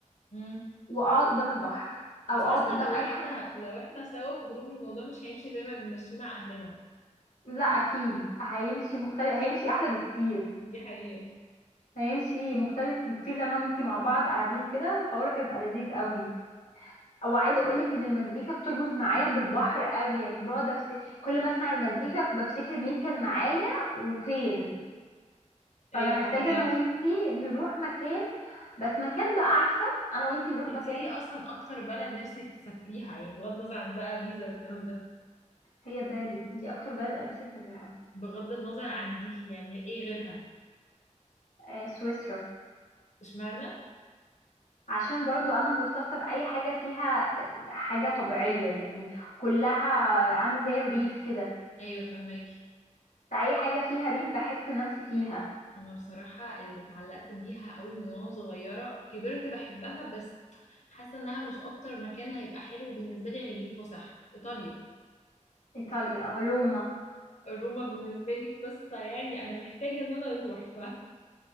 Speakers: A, on the left (about 65°); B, on the left (about 85°).
A: امم
B: واقعد قدام البحر او
A: بس حاسة
B: اقعد قدام
A: لو
B: اي
A: احنا
B: حاجه
A: لو احنا سوا في جروب الموضوع مش هيمشي زي ما بنمشيه مع اهلنا
B: لا اكيد هيمشي مختلف هيمشي احلى بكتير
A: دي حقيقة
B: هيمشي مختلف بكتير لو انا وانتي مع بعض قاعدين كده الحوار هيبقى لذيذ قوي او عايزه اقولك ان المزيكا بتربط معايا بالبحر قوي يعني بقعد أفت... كل ما اسمع المزيكا بفتكر مين كان معايا وفين
A: ايوه
B: فانا محتاجه
A: فهماك
B: انا وانتي نروح مكان بس مكان بقى عارفه انا وانتي نروح
A: انت
B: مكان
A: ايه اصلا اكتر بلد نفسك تسافريها يعني بغض النظر عن بقى فيزا والكلام ده
B: هي بالي دي اكتر بلد انا نفسي اسافرها
A: بغض النظر عن دي يعني ايه غيرها
B: آه سويسرا
A: اشمعنى
B: عشان برضو انا مرتبطة باي حاجة فيها آه، حاجة طبيعية يعني كلها عامل زي الريف كده
A: ايوه فهماك
B: فاي حاجة فيها ريف بحس نفسي فيها
A: انا بصراحة اللي اتعلقت بيها قوي من وانا صغيرة كبرت بحبها بس حاسة انها مش اكتر مكان هيبقى حلو بالنسبة لي غير اللي فسح ايطاليا
B: ايطاليا روما
A: روما بالنسبة لي قصة يعني انا محتاجة ان انا اروح